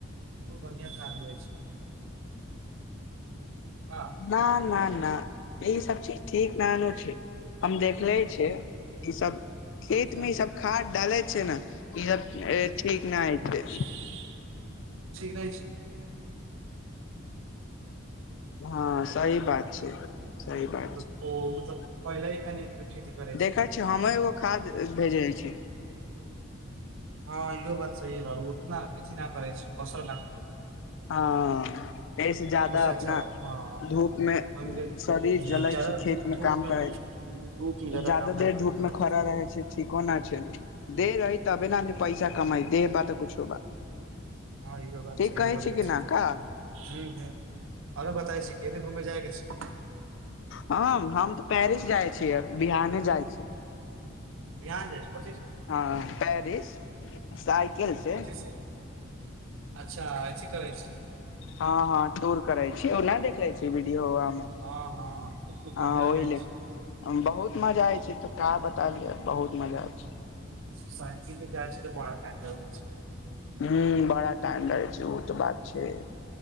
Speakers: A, on the right (about 70°); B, on the left (about 60°).
A: ओत बढ़िआ खाद होइ छै ह
B: ना ना ना ई सभ चीज ठीक नानू छै। हम देखले छै ई सभ खेत
A: अच्छा
B: मे ई सभ। खाद डालै छै ने ई सभ ठीक ने हइ छै
A: ठीक नहि छी
B: हँ सही बात छै सही बात
A: मतलब
B: छै,
A: ओ मतलब पहिले खनि खेती करै
B: देखै
A: छै
B: छियै हम्हुँ एगो खाद भेजै छ
A: हँ इहो बात सही बऽ उतना अथि नहि करे छै। असल नहि करे छै।
B: हँ। एहि सँ
A: छै
B: जदा
A: ओसे
B: अपना
A: अच्छा हँ
B: धूपमे
A: हमके
B: शरीर जलै
A: जादा
B: छै, खेतमे
A: धूप
B: काम
A: मे
B: करै
A: धूप मे जादा
B: ज्याद
A: काम नहि
B: देर
A: करे
B: ढूपमे
A: पड़ै
B: खड़ा रहै छै ठीको नहि छै देह रही तबे नेद पैसा कमाई देह बातऽ कुछो बा
A: हँ ईहो बात
B: ठीक
A: सहिए
B: कहै
A: बोलै
B: कि
A: छी
B: न
A: ह,
B: का
A: ह, आरो बताइ छी कने घूमै जायके छै
B: हम, हम तऽ पेरिस जाइ छियै बिहाने जाइ छी
A: बिहान जाइ छी कथी से
B: हँ, पेरिस सयकिलसे
A: कथी से अच्छा, अथि छी कर छी
B: हँ, हँ, टूर करे छी नहि देख ले छी वीडियो मे
A: हँ, हँ, तऽ
B: हँ
A: मजा
B: ओहि
A: जाइ
B: ले
A: छी
B: बहुत मजा आय छै, तऽ का बताबय जाय बहुत मजा आय छै।
A: साइकिल जाइ छै, तऽ बड़ा कए रहइ छै।
B: हू बड़ा टाइम लै छै ओ तऽ बात छै